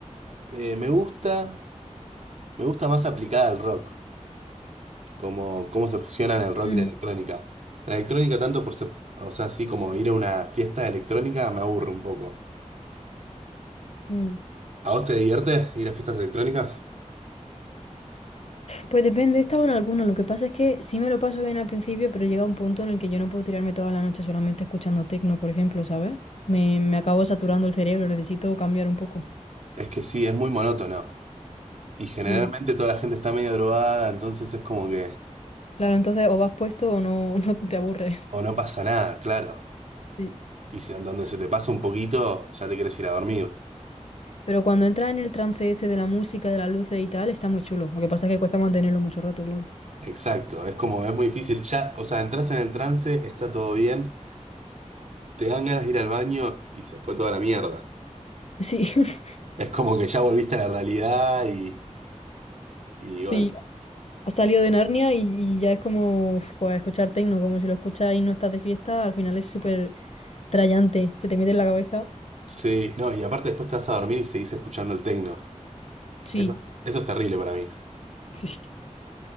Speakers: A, on the right; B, on the left.
A: eh, me gusta, me gusta más aplicada al rock. cómo, cómo se fusionan el rock
B: Ujú.
A: y la electrónica. La electrónica tanto por, se- o sea, así como ir a una fiesta de electrónica me aburre un poco.
B: Mm.
A: ¿A vos te divierte ir a fiestas electrónicas?
B: Pues depende, he estado en alguno. Lo que pasa es que sí me lo paso bien al principio, pero llega un punto en el que yo no puedo tirarme toda la noche solamente escuchando techno, por ejemplo, ¿sabes? Me, me acabo saturando el cerebro, necesito cambiar un poco.
A: Es que sí, es muy monótono. Y generalmente
B: Sí,
A: toda la gente está medio drogada, entonces es como que,
B: claro, entonces o vas puesto o no, <laughs> no te aburres.
A: o no pasa nada, claro.
B: Sí.
A: Y si- donde se te pasa un poquito, ya te querés ir a dormir.
B: Pero cuando entras en el trance ese de la música, de las luces y tal, está muy chulo. Lo que pasa es que cuesta mantenerlo mucho rato, claro.
A: Exacto, es como, es muy difícil. Ya, o sea, entras en el trance, está todo bien, te dan ganas de ir al baño y se fue toda la mierda.
B: Sí, <laughs>
A: Es como que ya volviste a la realidad y, Y
B: sí.
A: bueno,
B: Has salido de Narnia y, y ya es como uf, pues, escuchar techno, como si lo escuchas y no estás de fiesta, al final es súper trallante, se te mete en la cabeza.
A: sí, no, y aparte después te vas a dormir y seguís escuchando el techno.
B: Sí,
A: Eso, eso es terrible para mí.
B: sí.